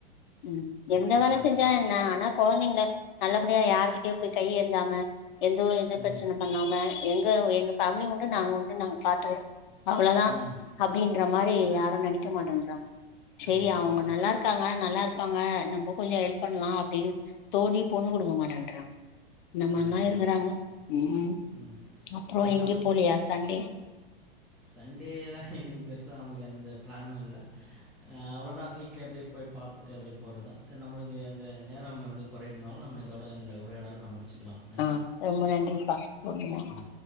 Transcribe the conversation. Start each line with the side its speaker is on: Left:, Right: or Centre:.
Left: ம் எந்த
Centre: கரெக்ட்டா
Left: வேல
Centre: தான்
Left: செஞ்சா
Centre: சொல்றீங்க.
Left: என்ன ஆனா கொழந்தைங்கள நல்லபடியா யாருகிட்டயு போய் கை ஏந்தாம எந்தவு எது
Centre: ம்.
Left: பிரச்சன பண்ணாம எங்க எங்க ஃபேமிலி உண்டு நாங்க உண்டு நாங்க பாத்துக்கறோ அவ்வளதா
Centre: ம்.
Left: அப்டின்ற மாரி யாரு நெனைக்க மாட்டன்றாங்க சேரி
Centre: ம்.
Left: அவுங்க
Centre: க
Left: நல்லா இரு க்காங்க நல்லா இருப்பாங்க நம்ம கொஞ்சோ ஹெல்ப் பண்ணலா அப்பிடின் தோணி பொண்ணு குடுக்கமாட்டன்றாங் நம்மல்லா
Centre: கரெக்ட்டு
Left: இருக்கிறாங்க
Centre: தான்.
Left: ம்
Centre: ம்.
Left: அப்புறோ
Centre: சரி
Left: எங்கியு
Centre: நாம்
Left: போலியா சண்டே
Centre: சண்டேல இன்னிக்கு பெருசா நமக்கு எந்த பிளானு இல்ல ஆ அவ்ளதா வீட்லியே அப்டியே போய் பாத்துட்டு அப்டியே போறதா சேர் நம்மளுக்கு அந்த நேரம் வந்து கொறை இருந்தாலு நம்ம இதோட இந்த உரையாடல் நம்ம முடிச்சிக்கலா
Left: ஆ ரொம்ப நன்றிப்பா ரொம்ப நன்றி
Centre: ம்.